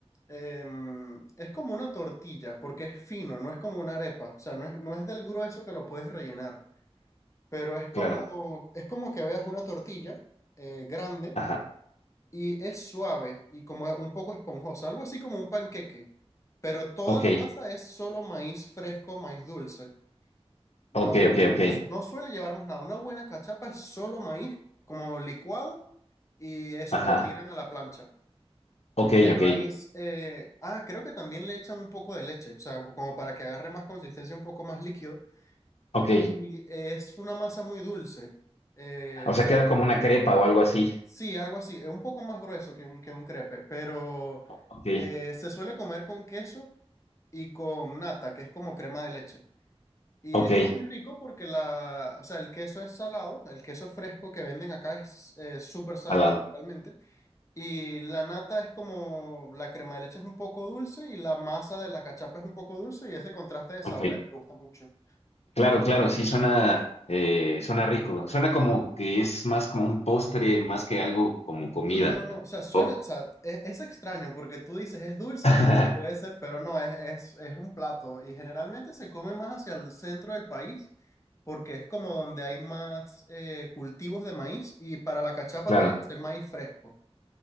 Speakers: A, on the left; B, on the left.
A: em, es como una tortilla, porque es fino, no es como una arepa, o sea, no es, no es del grueso que lo puedes rellenar, pero es como,
B: Claro.
A: es como que veas una tortilla eh, grande
B: Ajá.
A: y es suave y como un poco esponjosa, algo así como un panqueque, pero toda
B: Ok,
A: la masa es solo maíz fresco, maíz dulce, no,
B: ok, ok,
A: no,
B: ok.
A: no suele llevar más nada, una buena cachapa es solo maíz como licuado y eso
B: Ajá.
A: lo tiran a la plancha.
B: Ok,
A: Y el
B: ok,
A: maíz, eh, ah, creo que también le echan un poco de leche, o sea, como para que agarre más consistencia, un poco más líquido.
B: ok.
A: Y es una masa muy dulce. eh,
B: O
A: o
B: sea,
A: sea,
B: queda como una crepa o algo así.
A: sí, algo así. Es un poco más grueso que un, que un crepe, pero
B: Ok,
A: eh, se suele comer con queso y con nata, que es como crema de leche. Y
B: ok.
A: es muy rico porque la, o sea, el queso es salado, el queso fresco que venden acá es eh, súper salado
B: Al lado.
A: realmente. Y la nata es como, la crema de leche es un poco dulce y la masa de la cachapa es un poco dulce y ese contraste de
B: Ok.
A: sabores me gusta mucho.
B: Claro, claro, sí suena, eh, suena rico. Suena como que es más como un postre, más que algo como comida.
A: No, no, no, o sea, suena,
B: Oh,
A: o sea, es, es extraño porque tú dices es dulce,
B: <laughs>
A: puede ser, pero no, es, es, es un plato y generalmente se come más hacia el centro del país porque es como donde hay más eh, cultivos de maíz y para la cachapa
B: claro,
A: tiene que ser maíz fresco.